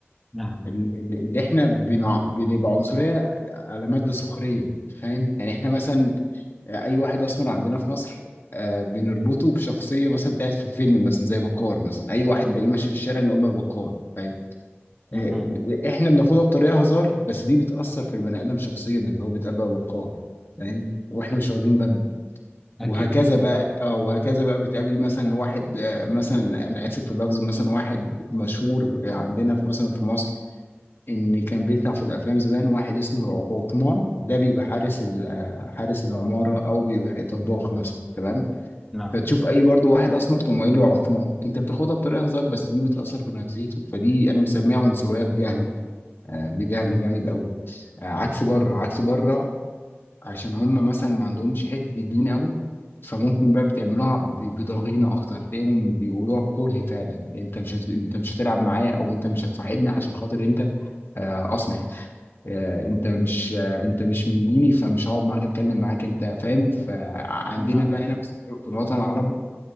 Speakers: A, in the centre; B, on the left.
A: نعم
B: ال- ال- اللي احنا بنع... بنبقى عنصرية على مادة سخرية فاهم يعني احنا مثلا اي واحد اسمر عندنا في مصر آه، بنربطه بشخصية مثلا بتاعت في الفيلم مثلا زي بكار مثلا اي واحد
A: مم.
B: تلاقيه ماشي في الشارع نقول له يا بكار فاهم
A: مهم.
B: آه، احنا بناخدها بطريقة هزار بس دي بتأثر في البني آدم شخصيا اللي هو بيتقال له يا بكار فاهم واحنا مش واخدين بالنا
A: أكيد
B: وهكذا بقى اه وهكذا بقى بتقابل مثلا واحد آه، مثلا انا اسف في اللفظ مثلا واحد مشهور آه، عندنا في مثلا في مصر ان كان بيطلع في الافلام زمان واحد اسمه عثمان ده بيبقى حارس ال- حارس العماره او بيبقى طباخ مثلا تمام
A: نعم
B: فتشوف اي برضو واحد اسمر تقوم قايل له عثمان انت بتاخدها بطريقه هزار بس دي بتاثر في نفسيته فدي انا بسميها عنصريه بجهل آه، بجهل جامد قوي آه، عكس بره عكس بره عشان هم مثلا ما عندهمش حته الدين قوي فممكن بقى بتعملوها ب- بضغينه اكتر تلاقيهم بيقولوها بكره فعلا انت مش هت... انت مش هتلعب معايا او انت مش هتصاحبني عشان خاطر انت آه، اسمر آه، انت مش آه، انت مش من ديني فمش هقعد معاك اتكلم معاك انت فاهم فعندنا
A: نعم
B: بقى هنا في الوطن العربي